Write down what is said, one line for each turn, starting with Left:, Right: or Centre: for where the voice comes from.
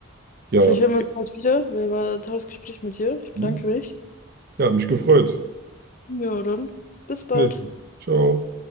Right: Ja,
Left: vielleicht hören wir uns bald wieder. Wer war ein tolles Gespräch mit dir? Ich bedanke
Right: hm.
Left: mich.
Right: ja, hat mich gefreut.
Left: Ja, dann, bis bald.
Right: Wiedersehen. Ciao.